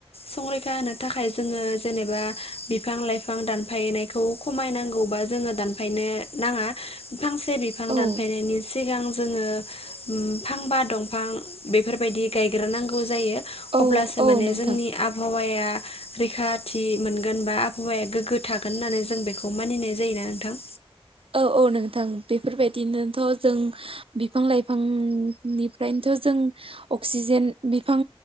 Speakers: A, on the left; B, on the right.
A: संरैखा होनो थाखाय जोङो जेनेबा बिफां लाइफां दान फायनायखौ खमायनांगौबा जोङो दानफायनो नाङा फांसे बिफां
B: औ
A: दानफायनायनि सिगां जोङो फांबा दंफां बेफोरबायदि गायग्रोनांगौ जायो
B: औ
A: अब्लासो
B: औ
A: माने
B: नोंथां
A: जोंनि आबहावाया रैखाथि मोनगोन बा आबहावाया गोग्गो थागोन होननानै जों बेखौ मानिनाय जायोना नोंथां
B: औ औ नोंथां बेफोरबायदिनोथ' जों बिफां लाइफांनिफ्रायनो जों अक्सिजेन बिफां